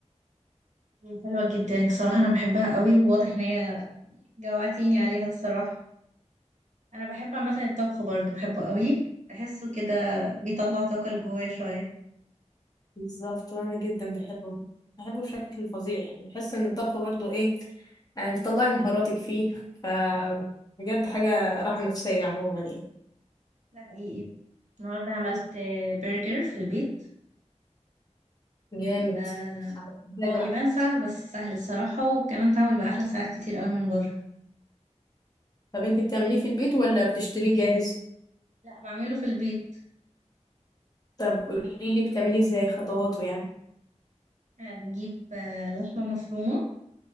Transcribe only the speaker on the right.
هي حلوه جدا بصراحه انا بحبها قوي وواضح ان هي جوعتيني عليها الصراحه انا بحب عامه الطبخ برضو بحبه قوي بحسه كده بيطلع طاقه اللي جوايا شويه
ده حقيقي النهارده عملت آه، برجر في البيت
بيبقى
اه
يبان صعب بس سهل الصراحه وكمان تعمل بقى احلى ساعات كتير قوي من بره
لا بعمله في البيت
آه، بجيب آه، لحمة مفرومة